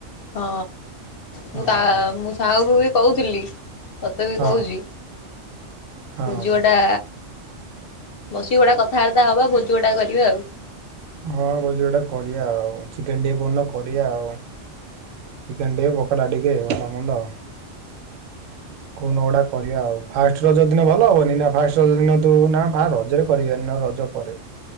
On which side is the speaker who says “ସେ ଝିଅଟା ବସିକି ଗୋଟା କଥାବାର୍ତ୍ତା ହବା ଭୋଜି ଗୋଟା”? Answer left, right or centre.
Left